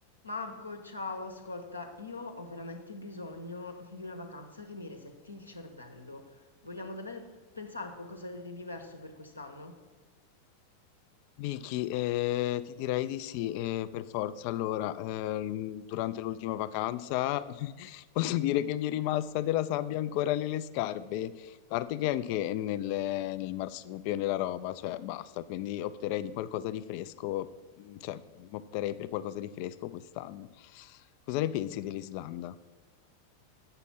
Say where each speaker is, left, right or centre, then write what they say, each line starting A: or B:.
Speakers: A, on the left; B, on the left.
A: Marco, ciao, ascolta, io ho veramente bisogno di una vacanza che mi resetti il cervello. Vogliamo davvero pensare a qualcosa di diverso per quest'anno?
B: Vicky, eh, ti direi di sì, eh, per forza. Allora, ehm, durante l'ultima vacanza <laughs> posso dire che mi è rimasta della sabbia ancora nelle scarpe, a parte che anche nel, nel marsupio, nella roba, cioè basta, quindi opterei di qualcosa di fresco, mm, cioè opterei per qualcosa di fresco quest'anno. Cosa ne pensi dell'Islanda?